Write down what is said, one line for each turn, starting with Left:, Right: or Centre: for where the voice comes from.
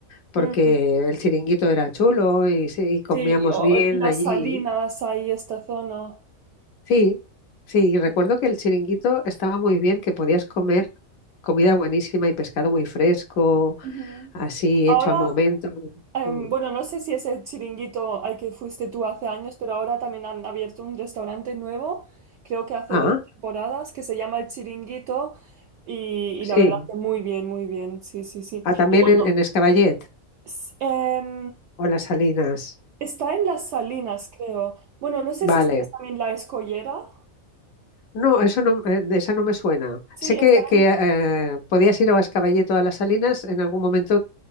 Left: porque
Right: Mm,
Left: el chiringuito era chulo y, sí, y comíamos
Right: sí, y, o-
Left: bien
Right: o las
Left: allí.
Right: salinas, ahí esta zona.
Left: Sí, sí, y recuerdo
Right: Sí.
Left: que el chiringuito estaba muy bien, que podías comer comida buenísima y pescado muy fresco,
Right: Ujú.
Left: así
Right: Ahora
Left: hecho al momento.
Right: Em,
Left: Mm.
Right: bueno, no sé si es el chiringuito al que fuiste tú hace años, pero ahora también han abierto un restaurante nuevo, creo que hace
Left: Ah.
Right: dos temporadas, que se llama El Chiringuito y, y
Left: Sí,
Right: la verdad que muy bien, muy bien, sí, sí, sí.
Left: ah, también
Right: O Bueno,
Left: en, en Escaballet
Right: s- em,
Left: o Las Salinas.
Right: está en Las Salinas, creo. Bueno, no sé
Left: Vale.
Right: si es también La Escollera.
Left: No, eso no, eh, de esa no me suena.
Right: Sí,
Left: Sé que,
Right: está
Left: que
Right: en...
Left: eh, podías ir a Escaballet o a Las Salinas, en algún momento